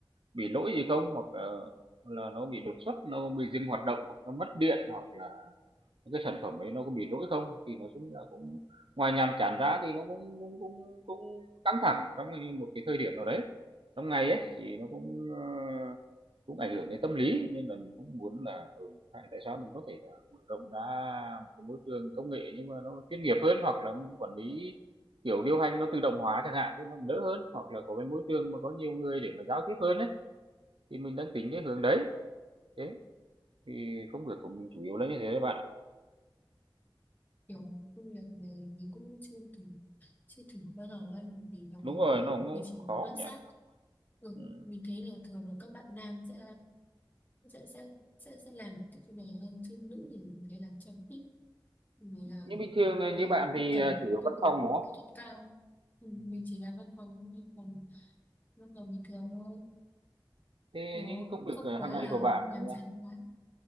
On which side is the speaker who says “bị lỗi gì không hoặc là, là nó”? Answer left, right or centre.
Right